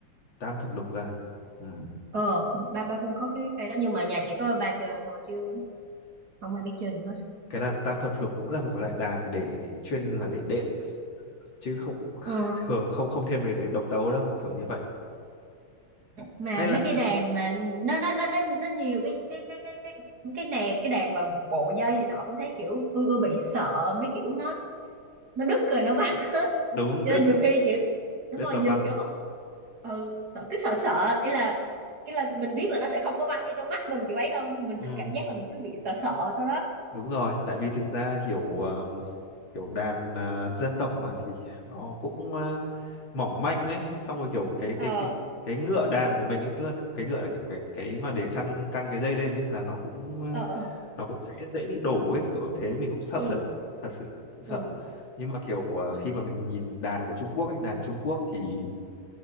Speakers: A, on the left; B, on the right.
A: tam thập lục à ừ.
B: ờ ba ba Phương có cái cây đó nhưng mà nhà chỉ có ba chơi thôi chứ không ai biết chơi nữa hết
A: cái đàn tam thập lục cũng là một cái loại đàn để chuyên là để đệm chứ không <laughs>
B: ờ
A: thường không không thiên về để độc tấu đâu kiểu như vậy
B: mà
A: hay là
B: mấy cái đàn mà nó nó nó nó, nó nhiều cái cái cái cái cái cái này cái đàn mà bộ dây này nọ Phương thấy kiểu Phương ưa bị sợ mấy kiểu nó nó đứt rồi nó vắt hết
A: đúng
B: cho
A: đứt
B: nên nhiều khi kiểu
A: đứt
B: đúng rồi
A: và
B: nhìn
A: văng
B: kiểu không ừ, sợ cứ sợ sợ ấy là cái là mình biết là nó sẽ không có văng vô trong mắt mình kiểu ấy đâu mình
A: ừ.
B: cứ cảm giác là mình cứ bị sợ sợ sau đó
A: đúng rồi tại vì thực ra kiểu ờ, kiểu đàn ờ, dân tộc mà thì nó cũng ờ, mỏng manh ấy xong rồi kiểu cái
B: ờ
A: cái cái cái ngựa đàn của mình ấy tức là cái ngựa là cái cái cái mà để trăng căng cái dây lên ấy là nó cũng ờ,
B: ờ ờ
A: nó cũng sẽ dễ bị đổ ấy kiểu thế mình cũng sợ
B: ừ
A: đấy thật sự cũng sợ
B: ừ
A: nhưng mà kiểu à, khi mà mình nhìn đàn của Trung Quốc ấy đàn Trung Quốc thì